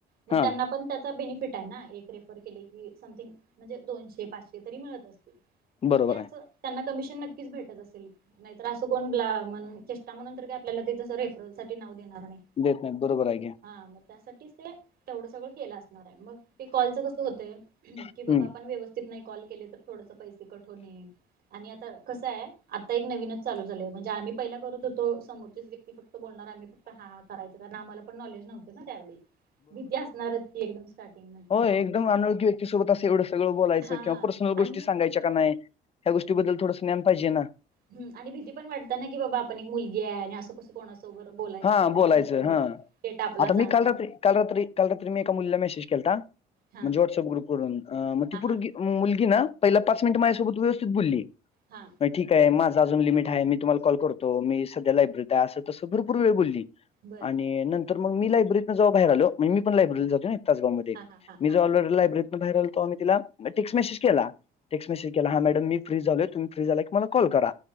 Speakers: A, on the right (about 60°); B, on the left (about 35°).
A: मग
B: हा
A: त्यांना पण त्याच बेनिफि फिट आहे ना. एक रेफर केले की समथिंग म्हणजे, दोनशे पाचशे तरी मिळत असतील.
B: बरोबर
A: म्हणजे असं
B: आहे
A: त्यांना कमिशन नक्कीच भेटत असेल. नाहीतर असं कोण म्हणून चेष्टा म्हणून तर काय, आपल्याला ते तसं रेफरल साठी नाव देणार नाही.
B: देत नाहीत, बरोबर आहे की.
A: हा मग त्यासाठीच ते तेवढ सगळं केल असणार ये, मग ते कॉलच कसं होतंय
B: हम्म
A: की बाबा आपण. व्यवस्थित नाही कॉल केले तर थोडंसं पैसे कट होणे, आणि आता कसं हाय आता एक नविनच. चालू झालंय म्हणजे, आम्ही पहिला करत होतो समोरची व्यक्तीच फक्तं. बोलणार आम्ही फक्त हा हा करायचं. कारण आम्हाला पण नॉलेज नव्हते ना, त्यावेळी भीती असणारच की एकदम. स्टार्टिंगला.
B: होय एकदम अनोळखी व्यक्तीसोबत असं एवढं सगळं बोलायचं,
A: हा
B: किंवा पर्सनल
A: आणि
B: गोष्टी सांगयच्या काय नाय. ह्या गोष्टीबद्दल थोडंसं ज्ञान पाहिजे ना.
A: हं, आणि भीती पण वाटतेना की बाबा, आपण एक मुलगी आहे आणि असं कसं. कोणासोबर बोलायचं
B: हा
A: आणि,
B: बोलायचं
A: पर्सनल
B: हा
A: डेटा आपला
B: आता मी
A: जाणार.
B: काल रात्री काल रात्री काल रात्री मी एका मुलीला मेसेज केलता,
A: हा
B: म्हणजे व्हॉट्सअप ग्रुप वरुन मग
A: हा
B: ति पोरगी.
A: हा
B: मुलगी ना, पहिला पाच मिनिटं माझ्या सोबत व्यवस्थित बोली.
A: हां.
B: ठीक आहे माझ अजून लिमिट आहे. मी तुम्हाला कॉल करतो मी संध्या लायब्ररीत आहे, असं तसं भरपूर वेळ बोली.
A: बर
B: आणि नंतर मग मी लायब्ररीतन जेव्हा बाहेर आलो, म्हणजे मी पण लायब्ररीला जातोय नी. तासगाव मध्ये,
A: हा हा हा
B: मी
A: हा
B: जेव्हा
A: हा
B: लायब्ररीतन बाहेर आलो तेव्हा मी तिला टेक्स मेसेज केला टेक्स मेसेज. की हा मॅडम मी फ्री झालोय तुम्ही फ्री झाला की, मला कॉल करा